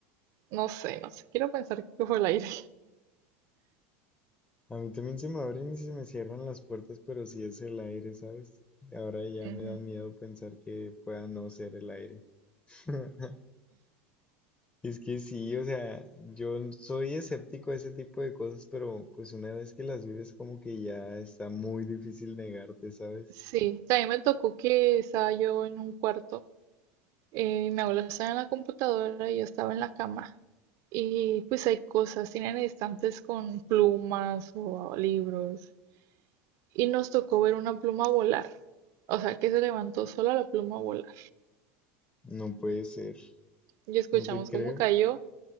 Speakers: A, on the right; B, on the left.
A: No sé, no sé. Quiero pensar que fue el aire.
B: A mí también se me abren y se me cierran las puertas, pero sí es el aire, ¿sabes? Ahora ya
A: Ujú.
B: me da miedo pensar que pueda no ser el aire. <laughs> Es que sí, o sea, yo n- soy escéptico a ese tipo de cosas, pero pues una vez que las vives como que ya está muy difícil negarte, ¿sabes?
A: Sí, también me tocó que estaba yo en un cuarto. eh, y mi abuela estaba en la computadora y yo estaba en la cama. Y pues hay cosas, tienen estantes con plumas o libros. Y nos tocó ver una pluma volar. O sea, que se levantó sola la pluma a volar.
B: No puede ser,
A: Y escuchamos
B: no te creo.
A: cómo cayó.